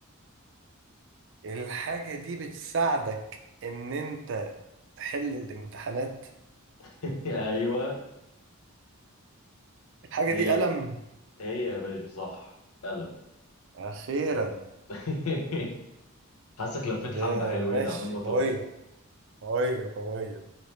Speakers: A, on the right; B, on the left.
A: الحاجة دي بتساعدك إن أنت تحل الامتحانات
B: <laughs> ايوه
A: الحاجة
B: هي
A: دي قلم
B: دي هي يا باشا صح فعلا
A: أخيرا
B: <laughs> حاسك لفيت
A: ده
B: حبة حلوين
A: ماشي
B: عمال ما
A: قوية
B: توصل
A: قوية قوية